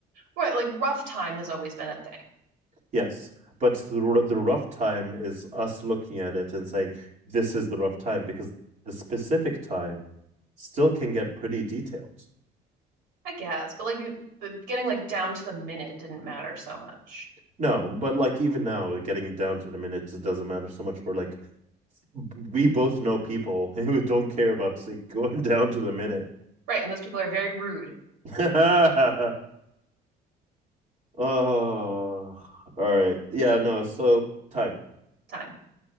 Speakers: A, on the right; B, on the right.
A: Right, like rough time has always been a thing,
B: Yes, but the the rough time is us looking at it and saying this is the rough time because the specific time still can get pretty detailed.
A: I guess, but like getting like down to the minute didn't matter so much.
B: No, but like even now, getting down to the minutes, it doesn't matter so much. We're like, we both know people <laughs> who don't care about going <laughs> down to the minute.
A: Right, and those people are very rude.
B: <laughs> oh, all right. Yeah, no. So time.
A: Time.